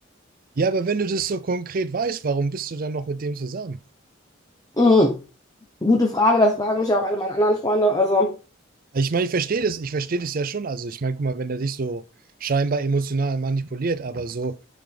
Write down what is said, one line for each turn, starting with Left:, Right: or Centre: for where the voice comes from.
Right: Ja, aber wenn du das so konkret weißt, warum bist du dann noch mit dem zusammen?
Left: Mm, gute Frage, das fragen mich ja auch alle meine anderen Freunde. Also.
Right: Also Ich meine, ich verstehe das, ich verstehe das ja schon. Also ich meine, guck mal, wenn der dich so scheinbar emotional manipuliert, aber so,